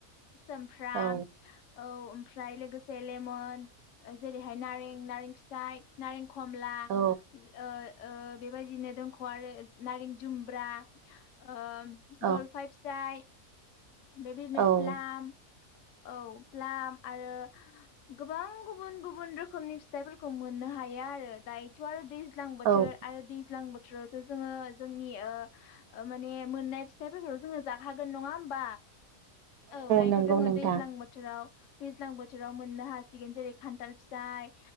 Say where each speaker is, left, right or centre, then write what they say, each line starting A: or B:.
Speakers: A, on the left (about 65°); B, on the right (about 85°).
A: सोमफ्राम
B: औ
A: औ ओमफ्राय लोगोसे लेमन। ओ जेरैहाय नारें नारें फिथाइ नारें खमला
B: औ
A: ओ ओ बेबायदिनो दोनख' आरो नारें जुमब्रा ओ ओम
B: औ
A: जलफाइ फिथाइ। बेबिनो
B: औ
A: प्लाम औ प्लाम आरो गोबां गुबुन गुबुन रोखोमनि फिथाइफोरखौ मोननो हायो आरो दायोथ' आरो दैज ज्लां बोथोर
B: औ
A: आरो दैज्लां बो थ्रोरावथ' जोङो जोंनि ओ ओ माने मोननाय फिथाइफोरखौ जोङो जाखागोन नङा होमबा औ दायोथ'
B: नंगौ
A: दोङो
B: नोंथां
A: दैज्लां बोथोराव दैज्लां बोथोराव मोननो हासिगोन जेरै खान्थाल फिथाइ